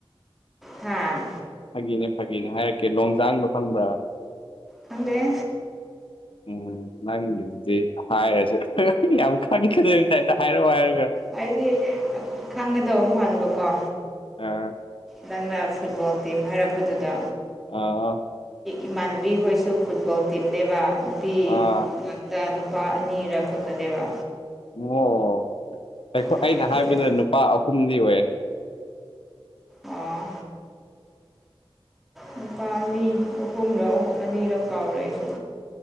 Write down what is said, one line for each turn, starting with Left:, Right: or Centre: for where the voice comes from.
Centre: ꯍꯥ
Left: ꯐꯥꯒꯤꯅꯦ ꯐꯥꯒꯤꯅꯦ ꯍꯥꯏꯔꯛꯀꯦ ꯂꯣꯡꯖꯥꯡꯗꯣ ꯈꯪꯕ꯭ꯔꯥ
Centre: ꯈꯪꯗꯦ
Left: ꯎꯝ ꯅꯪꯒꯤꯗꯨꯗꯤ ꯍꯥꯏꯔꯁꯨ ꯌꯥꯝ ꯈꯪꯒꯗꯣꯏꯕ ꯇꯥꯏꯞꯇ ꯍꯥꯏꯔꯛꯑꯣ ꯍꯥꯏꯔꯒ
Centre: ꯍꯥꯏꯗꯤ ꯈꯪꯒꯗꯕ ꯃꯥꯟꯕꯀꯣ
Left: ꯑꯥ
Centre: ꯅꯪꯅ ꯐꯨꯠꯕꯣꯜ ꯇꯤꯝ ꯍꯥꯏꯔꯛꯄꯗꯨꯗ
Left: ꯑ
Centre: ꯏꯃꯥꯟꯅꯕꯤ ꯍꯣꯏꯁꯨ ꯐꯨꯠꯕꯣꯜ ꯇꯤꯝꯅꯦꯕ ꯅꯨꯄꯤ
Left: ꯑꯥ
Centre: ꯉꯛ ꯇ ꯅꯨꯄꯥ ꯑꯅꯤꯔꯛꯈꯛꯇꯅꯦꯕ
Left: ꯑꯣ ꯑꯩ
Centre: ꯑꯗꯨꯏꯅꯤꯗ
Left: ꯑꯩꯅ ꯍꯥꯏꯕꯗ ꯅꯨꯄꯥ ꯑꯍꯨꯝꯗꯤ ꯑꯣꯏꯌꯦ
Centre: ꯑꯣ ꯅꯨꯨꯄꯥ ꯑꯅꯤ ꯑꯍꯨꯝꯔ ꯑꯅꯤꯔ ꯀꯥꯎꯔꯦ ꯑꯩꯁꯨ